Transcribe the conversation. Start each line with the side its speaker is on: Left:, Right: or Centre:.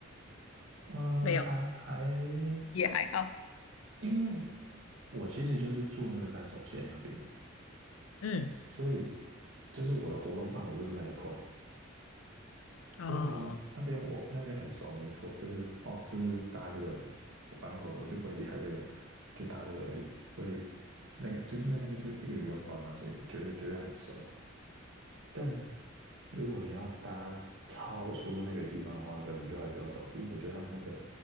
Right: 嗯，
Left: 没有，
Right: 还还，
Left: 也还好。
Right: 因为我其实就是住那个山手线那边，
Left: 嗯，
Right: 所以就是我的活动范围就是那一块，
Left: 哦
Right: 所以呢，那边我那边很熟，没错，就是哦，就是搭这个，反正我我就不会厉害这个，就搭这个而已。所以那个就因为那个就一个圆环嘛，所以觉得觉得很熟。但如果你要搭超出那个地方的话，可能就还是要找，毕竟我觉得他们那个